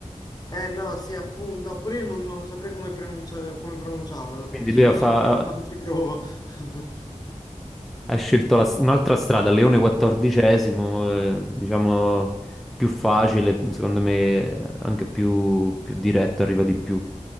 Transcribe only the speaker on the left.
Eh no, sì, appunto, no, pure io non, non saprei come, pronuncia- come pronunciarlo,
sinceramente,
quindi ma ci provo.
<laughs>